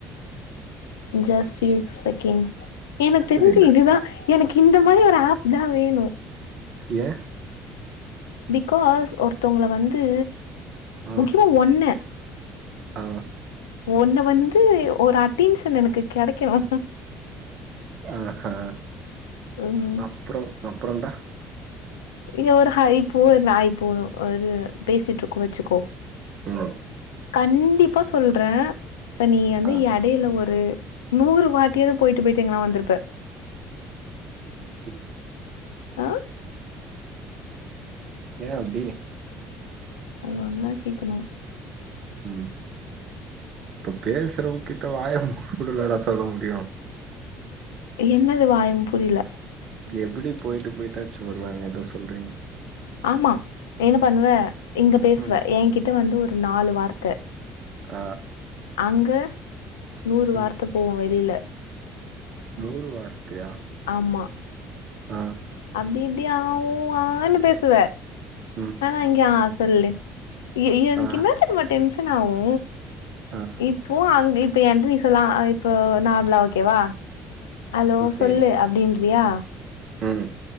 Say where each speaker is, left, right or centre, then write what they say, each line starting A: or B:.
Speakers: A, on the left; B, on the right.
A: ஜஸ்ட் டூ செகெண்ட்ஸ் எனக் தெரிஞ்சு
B: புரியல.
A: இதுதா எனக்கு இந்த மாரி ஒரு ஏப்தா வேணு
B: ஏ
A: பிக்காஸ் ஒருத்தவங்கள வந்து
B: ஆ.
A: முக்கியமா ஒன்ன
B: ஆ
A: ஒன்ன வந்து ஒரு அட்டென்ஷன் எனக்கு கெடைக்கணு
B: ஆஹா
A: ம்
B: அப்பறோ அப்பறோண்டா
A: இங்க ஒரு ஹைப்போ நாய்ப்போ ஒரு பேசிட்ருக்கோ வச்சுக்கோ
B: ம்
A: கண்டிப்பா சொல்ற இப்ப நீ வந்து
B: ஆ.
A: எடையில ஒரு நூறு வாட்டியாது போயிட்டு போயிட்டு இங்கனா வந்துருப்ப
B: ம்
A: ஆ
B: ஏ அப்டி
A: அது வந்தா கேக்கணு
B: ம் இப்ப பேசுறவங் கிட்ட வாய <unintelligible> சொல்ல முடியு
A: என்னது வாயம் புரியல
B: எப்படி போயிட்டு போயிட்டாச்சு வருவாங்க எதோ சொல்றீங்க
A: ஆமா என்ன பண்ணுவ இங்க பேசுவ
B: ம்
A: எங்கிட்ட வந்து ஒரு நாலு வார்த் த
B: ஆ
A: அங்க நூறு
B: ம்
A: வார்த்த போ <unintelligible> புரில
B: நூறு வார்த்தியா
A: ஆமா
B: அ
A: அப்டி இப்டி ஆ ஓ ஆனு பேசுவ
B: ம்
A: ஆனா இங்க ஆஷ் திரில்டு ஏய் எனக்கென்ன
B: ஆ
A: தெரியுமா டென்ஷன் ஆவு
B: ஆ
A: இப்போ அங்கப் அப்ப என்ட்ட நீ சொல்லா இப்போ நார்மலா ஓகேவா ஹலோ
B: ஓகே
A: சொல்லு அப்டின் ரியா
B: ம்